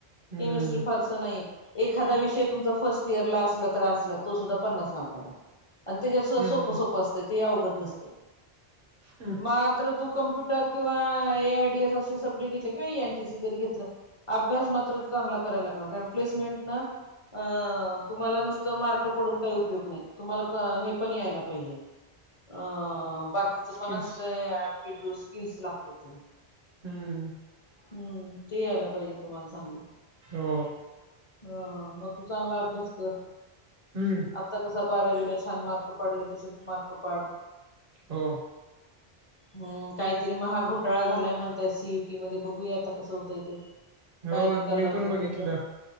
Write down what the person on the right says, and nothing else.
हम्म
हम्म,
हम
स्किल्स.
हम्म.
हो.
हम्म.
हो.
हो
मी
पण बघितलं